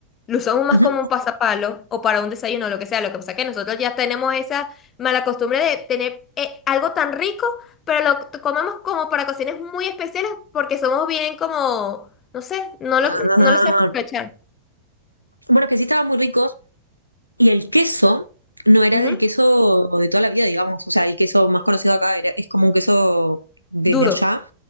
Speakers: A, on the left; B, on the left.
A: lo usamos más
B: ujú.
A: como un pasapalo o para un desayuno, lo que sea. Lo que pasa es que nosotros ya tenemos esa mala costumbre de tener eh, algo tan rico, pero lo t- comemos como para ocasiones muy especiales porque somos bien como, no sé, no lo,
B: Ah,
A: no lo sabemos aprovechar.
B: bueno, que sí estaban muy ricos y el queso no era
A: Ujú.
B: del queso de toda la vida, digamos. O sea, el queso más conocido acá era, es como un queso de,
A: Duro.
B: de allá.